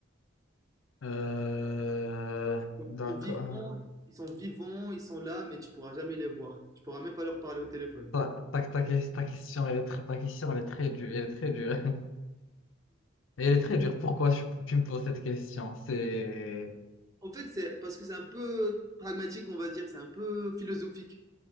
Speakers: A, on the left; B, on the right.
A: Euh,
B: Ils
A: d'accord.
B: sont vivants, ils sont vivants, ils sont là, mais tu pourras jamais les voir. Tu pourras même pas leur parler au téléphone.
A: Ta, ta, ta, ta question, elle est très, ta question, elle est très dure, elle est très dure. <laughs> Mais elle est très dure. Pourquoi tu, tu me poses cette question? C'est
B: En fait, c'est parce que c'est un peu pragmatique, on va dire, c'est un peu philosophique.